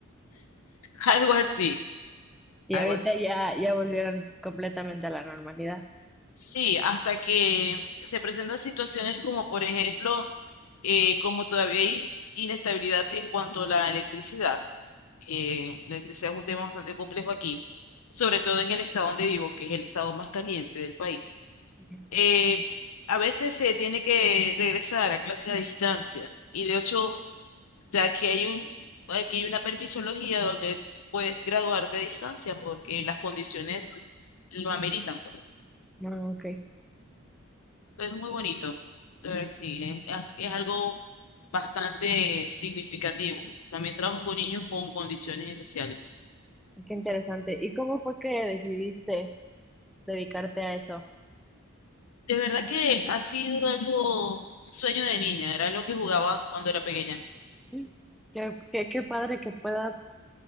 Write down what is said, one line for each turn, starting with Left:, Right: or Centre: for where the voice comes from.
Left: Algo así,
Centre: Y
Left: algo
Centre: ahorita
Left: así.
Centre: ya, ya volvieron completamente a la normalidad.
Left: Sí, hasta que se presentan situaciones como, por ejemplo, eh, como todavía hay inestabilidad en cuanto a la electricidad. Eh, la electricidad es un tema bastante complejo aquí, sobre todo en el estado donde vivo, que es el estado más caliente del país.
Centre: Ujú.
Left: Eh, a veces se tiene que regresar a clases a distancia y de hecho, ya que hay un, aquí hay una permisología donde tú puedes graduarte a distancia porque las condiciones lo ameritan, pues.
Centre: Ah, ok.
Left: Es muy bonito, de verdad que sí, es, es- es algo bastante significativo. También trabajo con niños con condiciones especiales.
Centre: Qué interesante. ¿Y cómo fue que decidiste dedicarte a eso?
Left: De verdad que ha sido algo, un sueño de niña, era lo que jugaba cuando era pequeña.
Centre: Mm. Qué, qué, qué padre que puedas